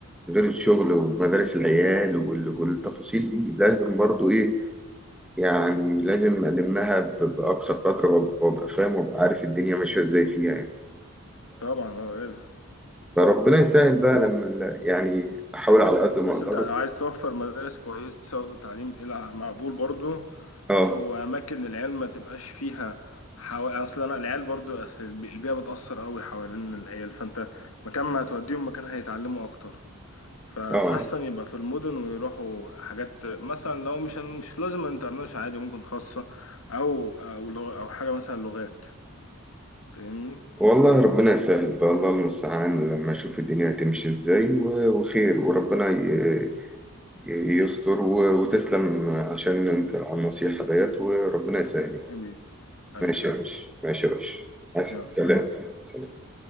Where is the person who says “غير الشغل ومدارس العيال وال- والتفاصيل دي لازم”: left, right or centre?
Centre